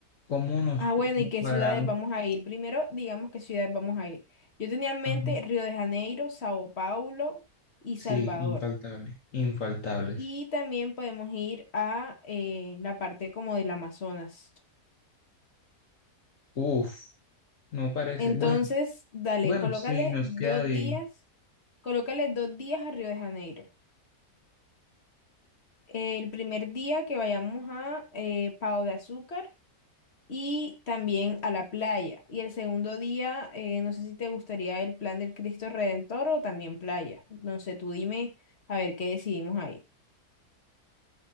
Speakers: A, on the left (about 60°); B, on the left (about 45°).
A: ¿cómo nos
B: ah, bueno,
A: cómo
B: ¿y qué
A: cuadramos?
B: ciudades vamos a ir? Primero, digamos qué ciudades vamos a ir. Yo tenía en mente
A: Ajá.
B: Río de Janeiro, Sao Paulo y
A: Sí,
B: Salvador.
A: infaltable. Infaltables.
B: Y también podemos ir a eh, la parte como del Amazonas.
A: Uf, no parece.
B: Entonces,
A: Bueno,
B: dale,
A: bueno,
B: colócale
A: sí, nos
B: dos
A: queda bien.
B: días, colócale dos días a Río de Janeiro. El primer día que vayamos a eh, Pau de Azúcar. y también a la playa. Y el segundo día, eh, no sé si te gustaría el plan del Cristo Redentor o también playa. Entonces tú dime a ver qué decidimos ahí.